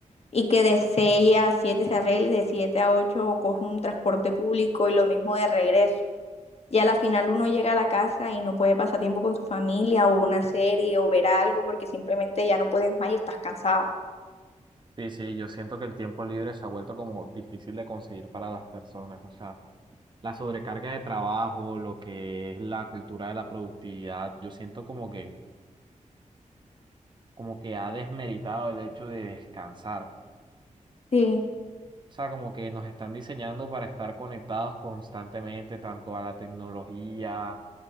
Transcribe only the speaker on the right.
Sí, sí, yo siento que el tiempo libre se ha vuelto como difícil de conseguir para las personas. O sea, la sobrecarga de trabajo, lo que es la cultura de la productividad, yo siento como que, como que ha desmeritado el hecho de descansar.
O sea, como que nos están diseñando para estar conectados constantemente, tanto a la tecnología,